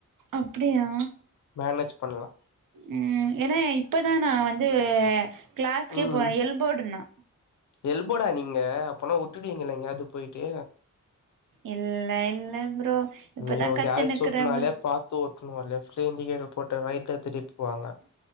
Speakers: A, on the right; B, on the left.
A: அப்டியா
B: மேனேஜ் பண்ணலா
A: ம் ஏன்னா இப்பதா நா வந்து கிளாஸ்கே
B: ம்
A: போறே எல் போடு நா
B: எல்போடா நீங்க அப்போனா விட்டுடுவீங்க எங்கயாது போயிட்டு
A: இல்ல இல்ல ப்ரோ இப்பதா
B: ஐயோ
A: கத்துனுக்குறே
B: கேள்ஸ் ஓட்னாலே
A: ப்ரோ
B: பாத்து ஓட்டணு லெஃப்ட்ல இண்டிகேட்டர் போட்டு ரைட்ல திருப்பி போ வாங்க